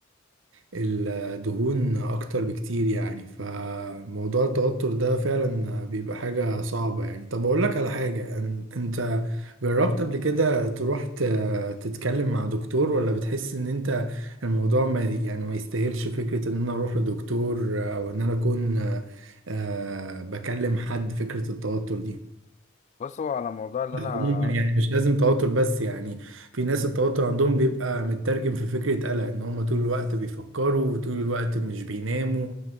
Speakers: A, on the right; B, on the left.
A: الدهون اكتر بكتير يعني فموضوع التوتر ده فعلا بيبقى حاجة صعبة يعني طب اقول لك على حاجة أن- انت جربت قبل كده تروح ت- تتكلم مع دكتور ولا بتحس ان انت الموضوع ما يعني ما يستاهلش فكرة ان انا اروح لدكتور او ان انا اكون آه، بكلم حد فكرة التوتر دي
B: بص هو على الموضوع اللي انا
A: عموما يعني مش لازم توتر بس يعني في ناس التوتر عندهم بيبقى مترجم في فكرة قلق ان هم طول الوقت بيفكروا وطول الوقت مش بيناموا